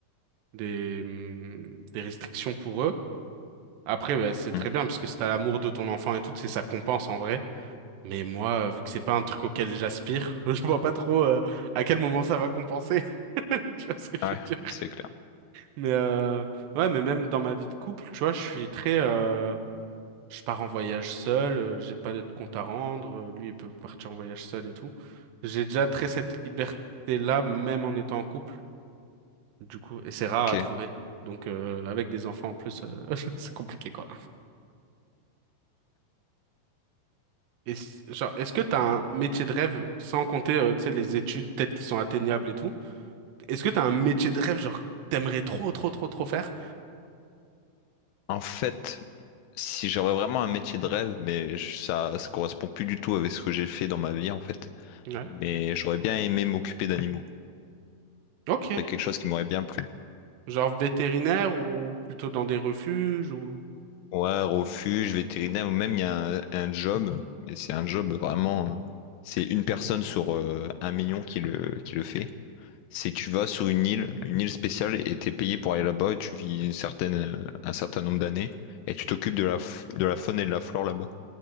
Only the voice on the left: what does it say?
Hmm.
Ouais,
c'est clair.
Ok.
En fait, si j'aurais vraiment un métier de rêve, mais je- ça, ça correspond plus du tout avec ce que j'ai fait dans ma vie, en fait.
Mais j'aurais bien aimé m'occuper d'animaux.
C'est quelque chose qui m'aurait bien plu.
Ouais, refuge, vétérinaire, ou même il y a un, un job, mais c'est un job vraiment, euh, c'est une personne sur euh, un million qui le, qui le fait. C'est que tu vas sur une île, une île spéciale, et t'es payé pour aller là-bas, et tu vis une certaine, euh, un certain nombre d'années, et tu t'occupes de la, f- de la faune et de la flore là-bas.